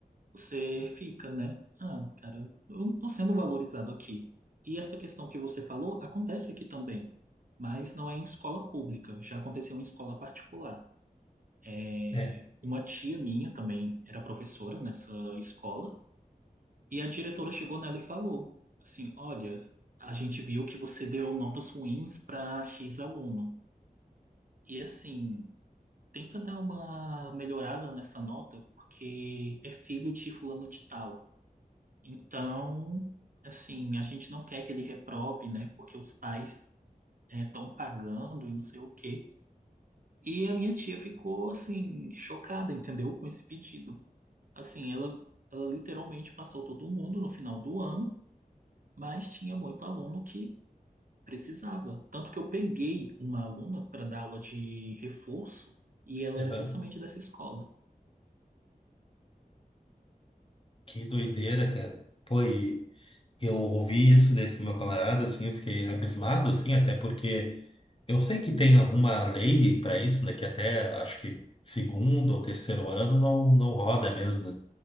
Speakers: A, on the right; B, on the left.
A: você fica, né? Ah, cara, eu não tô sendo valorizado aqui. E essa questão que você falou acontece aqui também, mas não é em escola pública, já aconteceu em escola particular. É,
B: É.
A: uma tia minha também era professora nessa escola, e a diretora chegou nela e falou assim: Olha, a gente viu que você deu notas ruins para X aluno. E assim. tenta dar uma melhorada nessa nota, porque é filho de fulano de tal. Então, assim, a gente não quer que ele reprove, né? Porque os pais estão pagando e não sei o quê. E a minha tia ficou, assim, chocada, entendeu? Com esse pedido. Assim, ela, ela literalmente passou todo mundo no final do ano, mas tinha muito aluno que precisava. Tanto que eu peguei uma aluna para dar aula de reforço e ela
B: Aham.
A: era justamente dessa escola.
B: Que doideira, cara. Pô, e eu ouvi isso desse meu camarada, assim, eu fiquei abismado, assim, até porque eu sei que tem alguma lei para isso, né? Que até acho que segundo ou terceiro ano não, não roda mesmo, né?